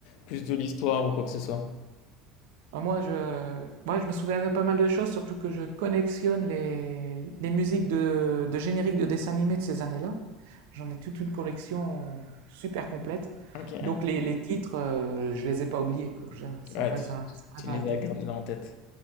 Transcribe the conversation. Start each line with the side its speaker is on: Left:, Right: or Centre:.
Left: plus de l'histoire ou quoi que ce soit.
Right: Ah, moi, je, moi, je me souviens de pas mal de choses, surtout que je collectionne les, les musiques de, de génériques de dessins animés de ces années-là. J'en ai toute une collection super complète.
Left: Ok.
Right: Donc les, les titres, euh, je les ai pas oubliés, quoi. Je- ça
Left: Ouais,
Right: me reste
Left: tu,
Right: dans, ça me
Left: tu
Right: reste dans
Left: les
Right: la tête.
Left: as gardés en tête.